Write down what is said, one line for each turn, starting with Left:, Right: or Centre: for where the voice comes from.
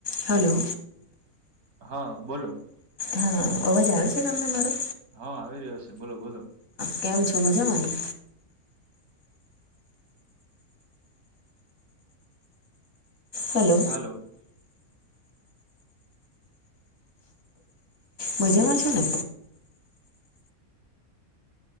Left: Hello
Right: હા બોલો
Left: હા અવાજ આવે છે તમને મારો
Right: હા આવી રહ્યો છે બોલો બોલો.
Left: કેમ છો મજામાં હલો
Right: હલો
Left: મજામાં છો ને